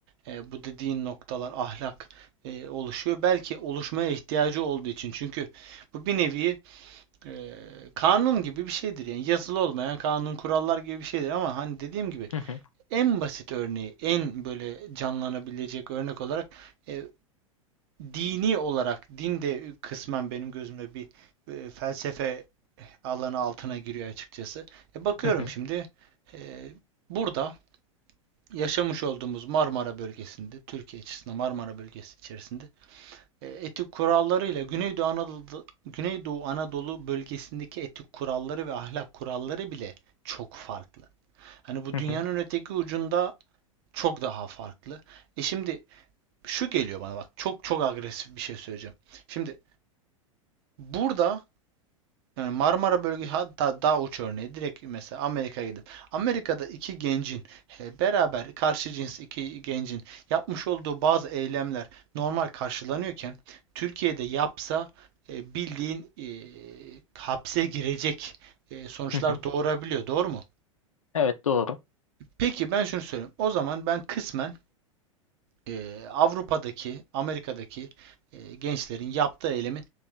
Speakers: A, on the right; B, on the left.
A: e, bu dediğin noktalar ahlak e, oluşuyor. Belki oluşmaya ihtiyacı olduğu için. Çünkü bu bir nevi e, kanun gibi bir şeydir. Yani yazılı olmayan kanun kurallar gibi bir şeydir. Ama hani dediğim gibi
B: hı hı,
A: en basit örneği, en böyle canlanabilecek örnek olarak e, dini olarak din de kısmen benim gözümde bir e, felsefe alanı altına giriyor açıkçası. E, bakıyorum
B: hı hı,
A: şimdi e, burada yaşamış olduğumuz Marmara bölgesinde, Türkiye açısından Marmara bölgesi içerisinde e, etik kurallarıyla Güneydoğu Anadolu, Güneydoğu Anadolu bölgesindeki etik kuralları ve ahlak kuralları bile çok farklı. Hani bu
B: hı
A: dünyanın
B: hı,
A: öteki ucunda çok daha farklı. E şimdi şu geliyor bana bak çok çok agresif bir şey söyleyeceğim. Şimdi burada Yani Marmara bölgesi hatta daha uç örneği direkt mesela Amerika'ya gidip Amerika'da iki gencin e, beraber karşı cins iki gencin yapmış olduğu bazı eylemler normal karşılanıyorken Türkiye'de yapsa e, bildiğin e, hapse girecek e, sonuçlar
B: hı hı.
A: doğurabiliyor. Doğru mu?
B: Evet doğru.
A: Peki ben şunu söyleyeyim. O zaman ben kısmen e, Avrupa'daki, Amerika'daki e, gençlerin yaptığı eylemin